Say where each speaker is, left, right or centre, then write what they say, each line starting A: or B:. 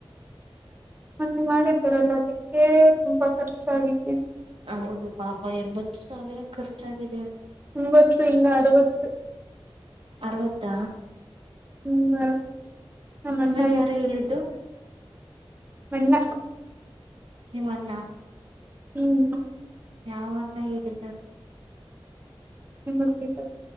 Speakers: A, on the right (about 20°); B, on the right (about 75°).
A: ಮನ್ನೆ ಮಾಡಿದ್ದರಲ್ಲ ಅದಕ್ಕೆ ತುಂಬಾ ಖರ್ಚಿದ್ದ
B: ಹೌದು ಪಾಪ ಎಂಬತ್ತು ಸಾವಿರ ಖರ್ಚಾಗಿದೆ
A: ಒಂಬತ್ತು ಇಲ್ಲ ಅರವತ್ತು
B: ಅರ್ವತ್ತ
A: ಹ್ಮ್ ಅರವತ್ತು ನಮ್ಮ
B: ನಿಮಗೆ
A: ಅಣ್ಣ
B: ಯಾರು ಹೇಳಿದ್ದು
A: ಮಣ್ಣ
B: ನಿಮ್ಮಲ್ಲ
A: ಹ್ಮ್
B: ಯಾವನ್ನ ಹೇಳಿದಾರ
A: ನಿಮ್ಮ ಕ